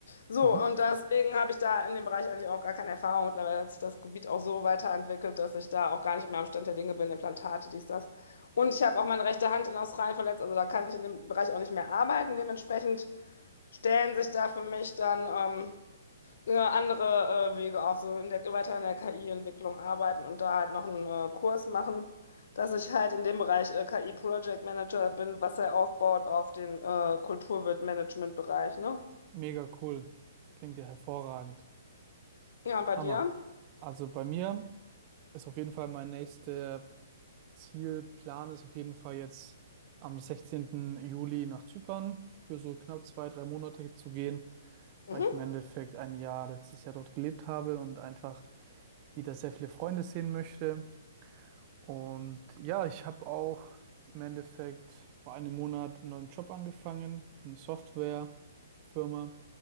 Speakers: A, on the left; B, on the right.
A: So,
B: Mhm.
A: und deswegen habe ich da in dem Bereich eigentlich auch gar keine Erfahrung. Mittlerweile hat sich das Gebiet auch so weiterentwickelt, dass ich da auch gar nicht mehr am Stand der Dinge bin, Implantate, dies, das. Und ich habe auch meine rechte Hand in Australien verletzt, also da kann ich in dem Bereich auch nicht mehr arbeiten. Dementsprechend stellen sich da für mich dann ähm, äh, andere äh, Wege auf, so in der, weiter in der KI-Entwicklung arbeiten und da halt noch einen äh, Kurs machen, dass ich halt in dem Bereich äh, KI Project Manager bin, was er aufbaut auf den äh, Kulturwirt-Management-Bereich, ne?
B: Mega cool. Das klingt ja hervorragend.
A: Ja, und bei
B: Hammer.
A: dir?
B: Also bei mir ist auf jeden Fall mein nächster Zielplan ist auf jeden Fall jetzt am sechzehnten Juli nach Zypern für so knapp zwei, drei Monate zu gehen,
A: Mhm.
B: weil ich im Endeffekt ein Jahr letztes Jahr dort gelebt habe und einfach wieder sehr viele Freunde sehen möchte. Und ja, ich habe auch im Endeffekt vor einem Monat einen neuen Job angefangen für eine Softwarefirma,